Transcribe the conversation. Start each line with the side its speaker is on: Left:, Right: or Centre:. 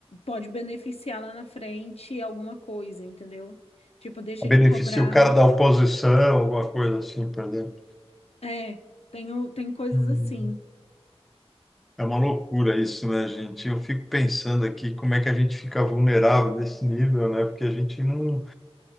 Left: pode beneficiar lá na frente alguma coisa, entendeu? Tipo, deixa
Centre: Beneficia
Left: de cobrar.
Centre: o cara da oposição, alguma coisa assim, por exemplo.
Left: É, tem, o- tem coisas
Centre: Hum.
Left: assim.
Centre: É uma loucura isso, né, gente? Eu fico pensando aqui como é que a gente fica vulnerável nesse nível, né? Porque a gente não